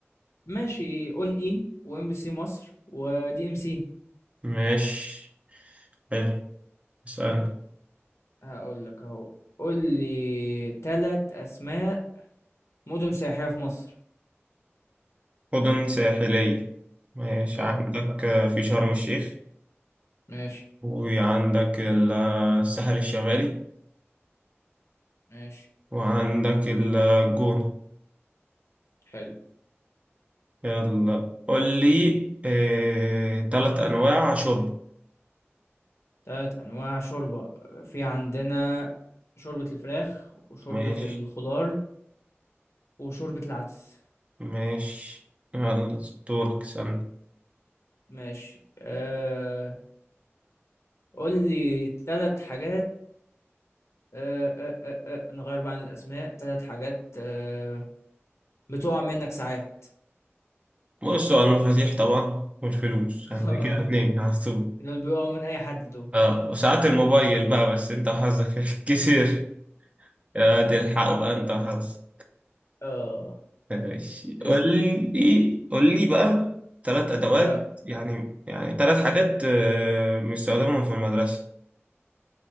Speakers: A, on the left; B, on the right.
A: ماشي اون اي وام بي سي مصر ودي ام سي
B: ماشي حلو اسأل
A: هقول لك اهو قول لي ثلاث أسماء مدن سياحية في مصر
B: مدن ساحلية ماشي
A: اه
B: عندك آه، في شرم الشيخ
A: ماشي
B: وعندك ال- آه، الساحل الشمالي
A: ماشي
B: وعندك ال- آه، الجونة
A: حلو
B: يلا قول لي آه، تلات أنواع شرب
A: تلات أنواع شوربة في عندنا شوربة الفراخ وشوربة
B: ماشي
A: الخضار وشوربة العدس
B: ماشي يلا دورك سألني
A: ماشي أه... قول لي تلات حاجات أه... أه... أه... أه... نغير بقى عن الأسماء تلات حاجات أه... بتقع منك ساعات
B: بص هو المفاتيح طبعا والفلوس
A: <laughs>
B: يعني
A: اه
B: كده اتنين على طول
A: دول بيقعوا من أي حد دول
B: اه وساعات الموبايل بقى بس انت حظك <laughs> كتير يا تلحقوا بقى انت حظ
A: اه
B: ماشي
A: اسأل
B: قول لي قول لي بقى ثلاث ادوات
A: اه
B: يعني يعني ثلاث حاجات آه، بنستخدمهم في المدرسة